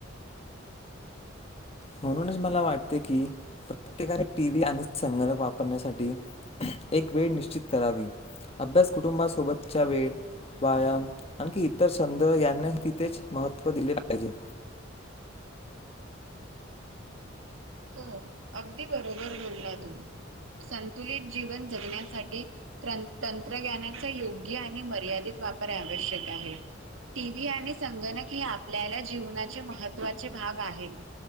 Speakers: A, on the left; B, on the right.
A: म्हणूनच मला वाटते की प्रत्येकाने टी व्ही आणि संगणक वापरण्यासाठी एक वेळ निश्चित करावी अभ्यास कुटुंबासोबतच्या वेळ व्यायाम आणखी इतर छंद यांनाही तिथेच महत्व दिले पाहिजे
B: <inaudible> हो अगदी बरोबर बोलला तू संतुलित जीवन जगण्यासाठी तंत्रज्ञानाच योग्य आणि मर्यादित वापर आवश्यक आहे टी व्ही आणि संगणक हे आपल्याला जीवनाचे महत्त्वाचे भाग आहेत